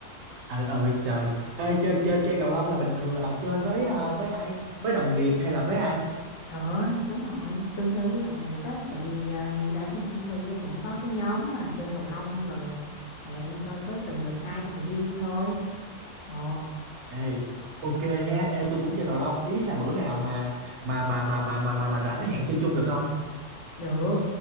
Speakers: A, on the right; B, on the left.
A: Ờ, ờ, trời. Ê, chơi, chơi, chơi cầu lông là bình thường là bà chơi với à, với ai? Với đồng nghiệp hay là với ai?
B: được đúng rồi tôi chơi với đồng nghiệp á tại vì ờ, ở trên công ty á, cũng có cái nhóm mà chơi cầu lông rồi à, hẹn coi có trùng lịch ai thì đi thôi ồ
A: Ê, ok ha, ê, tôi cũng chơi cầu lông. Ý là bữa nào mà, mà, mà, mà, mà, mà, mà, mà rảnh hẹn chơi chung được không?
B: được